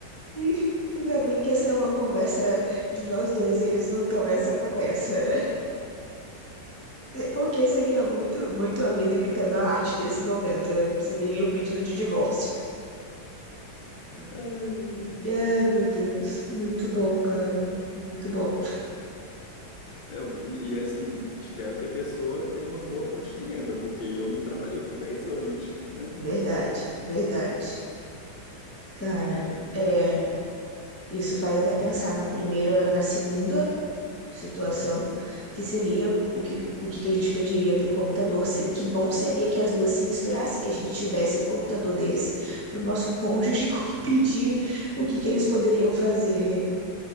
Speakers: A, on the left (about 15°); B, on the left (about 70°).
A: <laughs> ainda bem que essa é uma conversa de nós dois, eles não estão nessa conversa, né? Porque seria muito, muito a vida imitando a arte nesse momento. é, Seria um pedido de divórcio.
B: Ai, ai.
A: Ai, meu Deus. Muito bom, cara. Muito bom.
B: Eu- e, e, assim, espero que a pessoa tenha uma boa fonte de renda, porque eu não trabalhei por 10 anos, né?
A: Verdade, verdade. Cara,
B: Ai, ai.
A: é. Isso faz até pensar na primeira, na segunda situação, que seria o que, o que que a gente pediria para o computador. Se- Que bom seria que as duas se misturassem, que a gente tivesse um computador desse para o nosso cônjuge <laughs> com- pedir o que que eles poderiam fazer